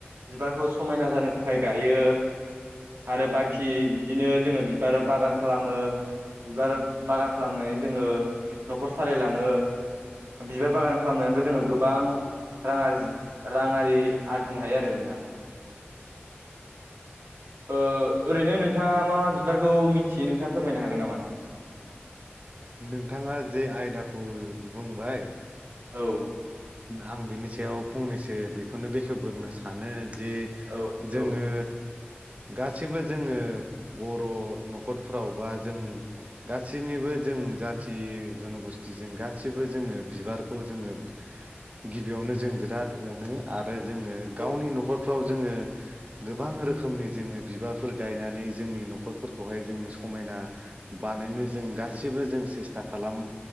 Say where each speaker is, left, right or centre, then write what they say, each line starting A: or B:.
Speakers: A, on the right (about 80°); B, on the right (about 35°).
A: बिबारखौ समायना जानो थाखाय गायो आरो बाखि बिदिनो जोङो बिबार बागान खालामो बिबार बागान खालामनानै जोङो न'खर सालायलाङो बिबार बागान खालामनानैबो जोङो गोबां रां आरजि राङारि आरजिनो हायो आरो नोंथां ओ ओरैनो नोंथाङा मा मा बिबारखौ मिथियो नोंथाङा फोरमायनो हागोन नामा?
B: नोंथाङा जे आयदाखौ बुंबाय
A: औ-
B: आं बिनि सायाव फंनैसो बेखौनो बेखेवग्रोनो सानो जे
A: औ
B: जोङो
A: औ
B: गासैबो जोङो बर' न'खरफ्राव बा जों गासैनिबो जों जाथि जन'गस्थिजों गासिबो जोङो बिबारखौ जोङो गिबियावनो जों बिराद अनो आरो जोङो
A: औ
B: गावनि न'खरफ्राव जोङो गोबां रोखोमनि जोङो बिबारफोर गायनानै जोंनि न'खरफोरखौहाय जों समायना बानायनो जों गासिबो जों सेस्था खालाम